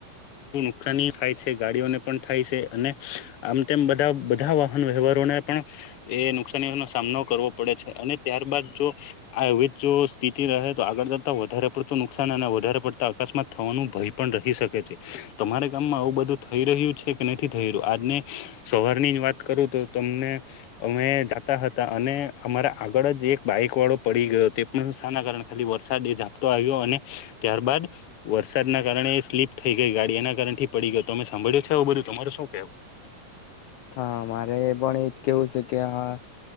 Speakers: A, on the left; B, on the left.
A: નુકસાની થાય છે ગાડીઓને પણ થાય સે અને આમ તેમ બધા બધા વાહન વ્યવહારોને પણ એ નુકસાની ન સામનો કરવો પડે છે અને ત્યારે બાદ જો આ એવી જ જો સ્થિતિ રહે તો આગળ જતા વધારે પડતું નુકસાન અને વધારે પડતા અકસ્માત થવાનું ભય પણ રહી શકે છે તમારે ગામમાં આવું બધું થઈ રહ્યું છે કે નથી થઈ રહ્યું આજને સવારની જ વાત કરું તો તમને અમે જતા હતા અને અમારા આગળ જ એક બાઈક વાળો પડી ગયો તે પણ સાના કારણે ખાલી વરસાદ એ ઝાપટો આવ્યો અને ત્યારબાદ વરસાદના કારણે સ્લીપ થઈ ગઈ ગાડી એના કારણ થી પડી ગયો તમે સાંભળ્યો છે એયું બધું તમારે શું કેવું
B: હા મારે એ પણ એજ કેવું છે કે હા